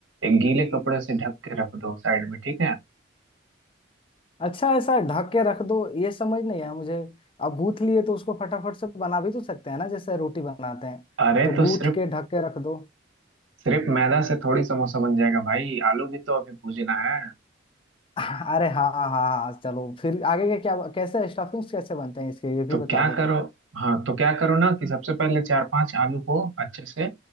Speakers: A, on the right; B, on the left.
A: एक गीले कपड़े से ढक के रख दो साइड में ठीक है
B: अच्छा ऐसा ढक के रख दो ये समझ नहीं आया मुझे अब गूथ लिए तो उसको फटाफट से बना भी तो सकते हैं ना जैसे रोटी बनाते हैं
A: अरे
B: तो
A: तो
B: गूथ
A: सिर्फ
B: के ढक के रख दो
A: सिर्फ मैदा से थोड़ी समोसा बन जाएगा भाई आलू भी तो अभी भूजना है
B: <laughs> अरे हाँ हाँ हाँ चलो फिर आगे के क्या कैसे स्टफिंग्स कैसे बनते हैं इसके ये
A: तो
B: भी बता
A: क्या
B: दो
A: करो
B: तो
A: हाँ तो क्या करो ना कि सबसे पहले चार पांच आलू को अच्छे से